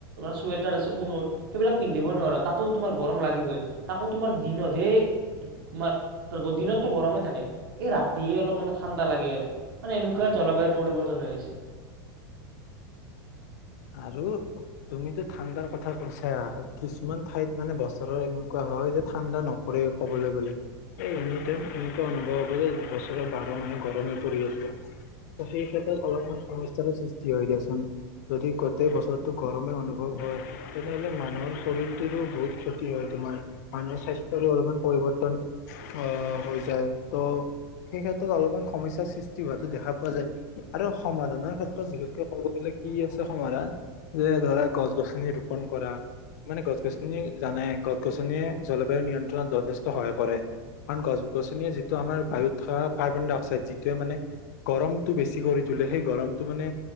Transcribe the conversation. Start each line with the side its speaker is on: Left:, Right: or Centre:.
Right: চুৱেটাৰ আছে ঊণৰ সেইবিলাক পিন্ধিব নোৱাৰো তাতেও তোমাৰ গৰম লাগিবই তাকো তোমাৰ দিনতহে দিনতো গৰমে থাকে এই ৰাতিয়ে অলপ মানে ঠাণ্ডা লাগে আৰু মানে এনেকুৱা জলবায়ুৰ পৰিৱৰ্তন হৈ আহিছে।
Left: আৰু তুমিতো ঠাণ্ডাৰ কথা কৈছা কিছুমান ঠাইত মানে বছৰৰ এনেকুৱা হয় যে ঠাণ্ডা নপৰে কবলৈ গলে এই এনেকুৱা অনুভৱ হব যে বছৰৰ বাৰৰ মানুহ গৰমে পৰি আছে সেই ক্ষেত্ৰত অলপমান সমস্যাৰো সৃষ্টি হয় দিয়াচোন। যদি গোটেই বছৰটো গৰমে অনুভৱ হয় তেনেহলে মানুহৰ শৰীৰটোৰো বহুত ক্ষতি হয় তোমাৰ মানুহৰ স্বাস্থ্যৰো অলপমান পৰিৱৰ্তন অঁ হৈ যায় ত' সেই ক্ষেত্ৰত অলপমান সমস্যাৰ সৃষ্টি হোৱা দেখা পোৱা যায় আৰু সমাধানৰ ক্ষেত্ৰত বিশেষকে কব'লে গ'লে কি আছে সমাধান যে ধৰা গছ গছনি ৰুপন কৰা মানে গছ -গছনি জানে গছ- গছনিয়ে জলবায়ু নিয়ন্ত্ৰণত যথেষ্ট সহায় কৰে। কাৰণ গছ গছনিয়ে যিটো আমাৰ বায়ুত থকা কাৰ্বন -ডাই -অক্সাইড যিটোৱে মানে গৰমটো বেছি কৰি তোলে। সেই গৰমটো মানে